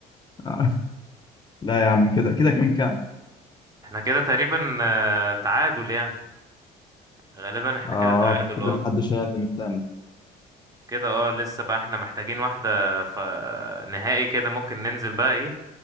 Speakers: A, on the left; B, on the right.
A: آه. لا يا عم كده كده كام كام
B: احنا كده تقريبا آه، تعادل يعني غالبا احنا
A: اه
B: كده تعادل
A: كده
B: اه
A: محدش هيهاجم التاني
B: كده اه لسه بقى احنا محتاجين واحده ف... نهائي كده ممكن ننزل بقى ايه